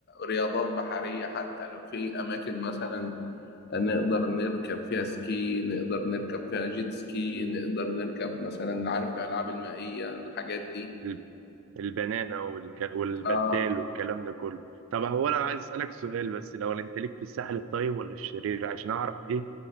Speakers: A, on the left (about 50°); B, on the right (about 65°).
A: رياضات بحريه حتى لو في اماكن مثلا نقدر نركب فيها سكي نقدر نركب فيها جيت سكي نقدر نركب مثلا عارف الالعاب المائيه الحاجات دي
B: ال- البنانة والك... والبدال
A: اه
B: والكلام ده كله طب هو أنا عايز أسألك سؤال بس لو أنت ليك في الساحل الطيب ولا الشرير عشان أعرف إيه